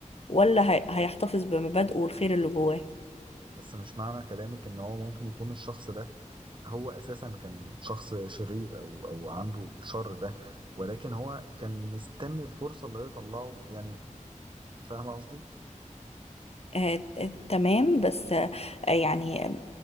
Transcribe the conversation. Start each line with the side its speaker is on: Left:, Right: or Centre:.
Left: ولا هي... هيحتفظ بمبادئه والخير اللي جواه
Right: بس مش معنى كلامك ان هو ممكن يكون الشخص ده هو اساسا كان شخص شرير او او عنده الشر ده ولكن هو كان مستني الفرصة اللي هي يطلعه يعني فاهمة قصدي؟
Left: آه، ت- تمام بس آه، يعني آه،